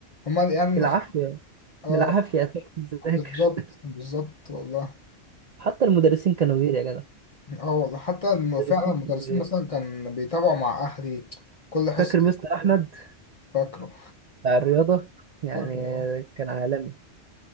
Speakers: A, on the left; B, on the right.
A: هم اللي يعني اللي
B: بالعافية
A: خ- اه
B: بالعافية هتروح تذاكر
A: بالظبط بالظبط والله
B: <laughs> حتى المدرسين كانوا غير يا جدع
A: اه والله حتى الم-
B: المدرسين
A: فعلا المدرسين
B: كانوا غير
A: مثلا كان بيتابعوا مع اهلي كل حصه
B: فاكر مستر احمد
A: فاكره
B: بتاع الرياضة يعني
A: فاكره اه
B: كان عالمي